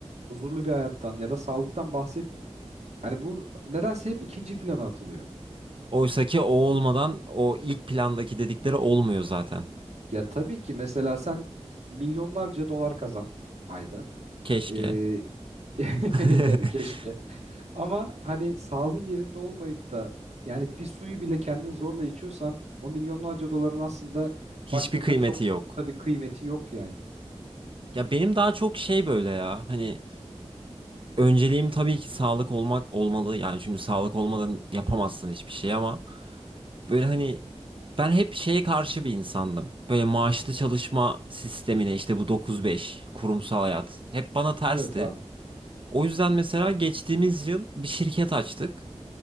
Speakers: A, on the right; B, on the right.
A: huzurlu bir hayattan ya da sağlıktan bahsetmiyor. Hani bu nedense hep ikinci plana atılıyor.
B: Oysaki o olmadan o ilk plandaki dedikleri olmuyor zaten.
A: Ya tabii ki mesela sen milyonlarca dolar kazan ayda.
B: Keşke.
A: Ee, <laughs>
B: <laughs>
A: tabii keşke. Ama hani sağlığın yerinde olmayıp da yani bir suyu bile kendin zorla içiyorsan o milyonlarca doların aslında
B: Hiçbir
A: baktığında
B: kıymeti
A: çok
B: yok.
A: tabii kıymeti yok yani.
B: Ya benim daha çok şey böyle ya. Hani önceliğim tabii ki sağlık olmak olmalı. Yani çünkü sağlık olmadan yapamazsın hiçbir şey ama böyle hani ben hep şeye karşı bir insandım. Böyle maaşlı çalışma sistemine işte bu 9-5 kurumsal hayat hep bana tersti.
A: Evet abi.
B: O yüzden mesela geçtiğimiz yıl bir şirket açtık.